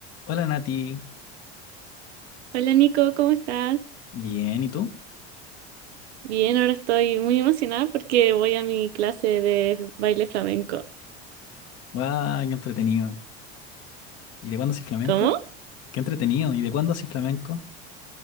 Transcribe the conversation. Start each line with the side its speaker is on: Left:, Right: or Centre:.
Left: Hola Nati,
Right: Hola Nico, ¿cómo estás?
Left: bien, ¿y tú?
Right: Bien, ahora estoy muy emocionada porque voy a mi clase de baile flamenco.
Left: ¡Guau! ¡Qué entretenido! ¿Y de cuándo haces flamenco?
Right: ¿Cómo?
Left: ¡Qué entretenido! ¿Y de cuándo haces flamenco?